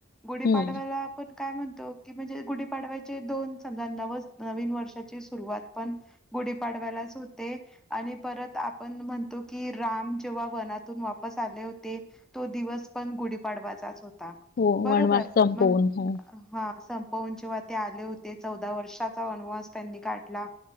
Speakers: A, in the centre; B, on the left.
A: गुढीपाडवाला
B: हम्म
A: पण काय म्हणतो की म्हणजे गुढीपाडवायचे दोन समजा नव नवीन वर्षाची सु सुरवात पण गुढीपाडव्यालाच होते आणि परत आपण म्हणतो की राम जेप व्हा वनातून वापस आले होते तो दिवस पण गुढीपाडवाचाच होता.
B: हो
A: बरोबर
B: वनवास संपवून
A: मग
B: हो
A: हा सण संपवून जेव्हा ते आले होते, चौदा वर्षाचा वनवास त्यांनी काढला.